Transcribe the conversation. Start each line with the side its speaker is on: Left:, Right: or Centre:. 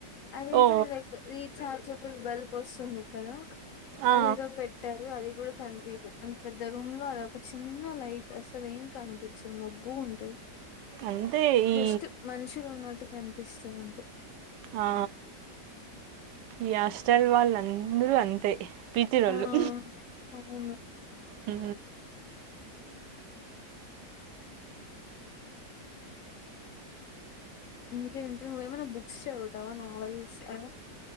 Left: అదే
Right: ఓ
Left: లైక్ రీచార్జబుల్ బల్బ్ వస్తు స్తుంది కదా
Right: ఆ,
Left: అదేదో పెట్టారు అది కూడా కనిపీదు అంత పెద్ద రూమ్ లో అదొక చిన్న లైట్ అసలు ఏం కనిపిచదు మబ్్బుగా ఉంటది
Right: అంతే ఈ
Left: జస్ట్ మనుషులు ఉన్నట్టు కనిపి దృష్టంత <unintelligible>
Right: ఆ ఈ హాస్టల్ వాళ్ళ అందరూ అంతే పీతిరొళ్ళు
Left: ఆ అవును
Right: హ
Left: ఇంకేంటి నువ్్వేమైనా బుక్స్ చదువుతావా నావెల్స్ అ